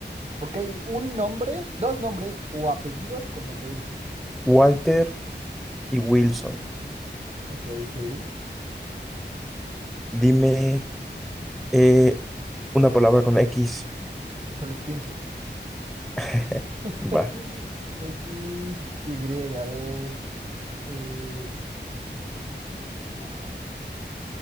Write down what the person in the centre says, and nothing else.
Walter y Wilson.
Dime eh, una palabra con X.
<laughs>
Va.